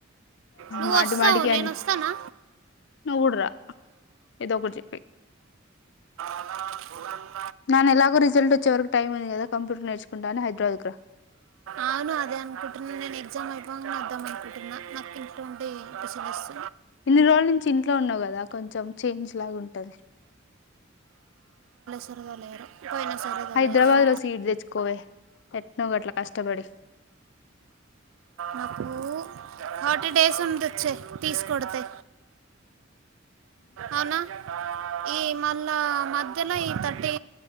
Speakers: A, on the right; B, on the left.
A: నువ్వు
B: మాటి
A: వస్తావు
B: మాటికి అని
A: నేను వస్తానా.
B: నువ్వు కూడా రా ఏదో ఒకటి చెప్పి
A: ఆహ్
B: నాన్న ఎలాగో రిజల్ట్ వచ్చే వరకు టైం ఉంది కాదా కంప్యూటర్ నేర్చుకుంటాను హైదరాబాద్ కి రా
A: అవును అదే అనుకుంటున్నా నేను ఎగ్జామ్ అయిపోగానే వద్దాం అనుకుంటున్నా నాకు ఇంట్లో ఉంటే పిచ్చి లేస్తుంది
B: ఇన్ని రోజుల నుంచి ఇంట్లో ఉన్నావు కదా కొంచెం చేంజ్ లాగా ఉంటది
A: త్వరగా లేరు పోయినా సరద
B: హైదరాబాద్
A: లేదు
B: లో సీట్ తెచ్చుకోవే ఎట్నో గట్ల కష్టపడి
A: నాకు ఫర్టీ డేస్ ఉండొచ్చే తీసుకడితే అవునా ఈ మళ్ళా మ జులై థర్టీ